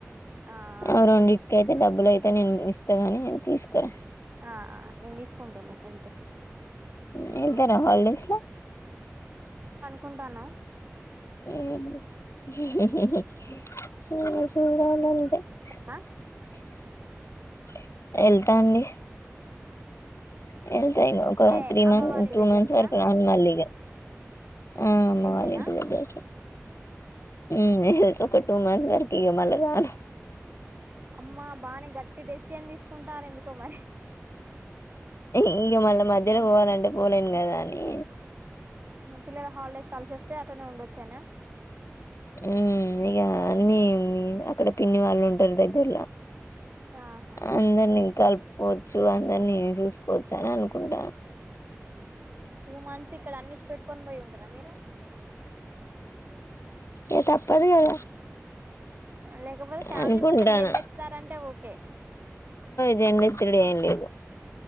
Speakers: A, on the right (about 40°); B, on the left (about 65°).
A: ఆ తీసుకుంటాలే
B: అరొండిట్కైతే డబ్బులు ఐతె నేనుస్ అనీ తీస్కరా
A: ఆ నేను తీస్కుంటాలే ఎల్దె
B: వెళ్తారా హల్డేస్ లో
A: కుంటాన్నవ్
B: <unintelligible>
A: ఆ
B: ఎళ్తా అండి వెళ్తా ఇగ ఒక
A: అంటే
B: త్రీ
A: అమ్మ
B: మంత్
A: వాళ్ళ
B: టూ
A: దగ్గరకా
B: మంత్స్ వరకు రాను మళ్ళీ ఇగ ఆ అమ్మ
A: వెళ్తేనా
B: వాల్లింటి దగ్గరకే మ్ టూ మంత్స్ వరకి ఇగ మలరాను
A: అమ్మ బాగానే గట్టి డెసిషన్ తీసుకుంటార్ ఎందుక్ కుమర్
B: ఇంగ మళ్ళ మధ్యలో పోవాలంటే పోలేన్ గదా అని
A: పిల్లల హాలిడేస్ కలిసొస్తే అట్నే ఉండొచ్చానా
B: ఉ ఇక అన్ని అక్కడ పిన్ని వాళ్ళు ఉంటారు దగ్గర్లో
A: ఆహా
B: అందరినీ కలుపుకోవచ్చు అందరినీ చూసుకోవచ్చు అని అనుకుంటాను
A: టూ మంత్స్ ఇక్కడ అన్నించి పెట్టుకొని పోయి ఉంటారా మీరు
B: ఏ తప్పదు కదా
A: లేకపోతే ఫ్యామిలీ
B: అనుకుంటాన
A: మొత్తం జెండత్తారంటే ఓకే
B: డి తిడుేయం లేదు